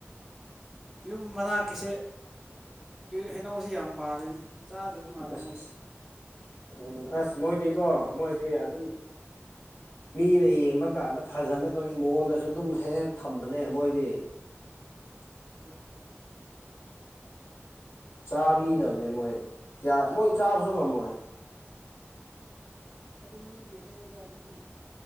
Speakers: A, in the centre; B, on the left.
A: ꯌꯨꯝ ꯃꯅꯥꯛꯀꯤꯁꯦ ꯍꯩꯅꯧꯁꯤ ꯌꯥꯝ ꯄꯥꯜꯂꯤꯅꯦ ꯆꯥꯗꯕ ꯃꯥꯔ
B: ꯑꯁ
A: ꯃꯁ
B: ꯎꯝ ꯑꯁ ꯃꯣꯏꯗꯤꯀꯣ ꯃꯣꯏꯗꯤ ꯑꯗꯨꯝ ꯃꯤꯅ ꯌꯦꯡꯕ ꯀꯥꯟꯗ ꯐꯖꯅꯕꯒꯤ ꯃꯑꯣꯡꯗꯁꯨ ꯑꯗꯨꯝ ꯍꯦꯛ ꯍꯦꯛ ꯊꯝꯕꯅꯦ ꯃꯣꯏꯗꯤ
A: <inaudible>
B: ꯆꯥꯕꯤꯗꯕꯅꯦ
A: ꯕꯗ
B: ꯃꯣꯏ ꯀꯌꯥ ꯃꯣꯏ ꯆꯥꯕꯁꯨ ꯉꯝꯃꯣꯏ
A: ꯑꯗꯨ ꯃꯤꯒꯤ ꯍꯦꯛꯒ ꯃꯤꯒꯤ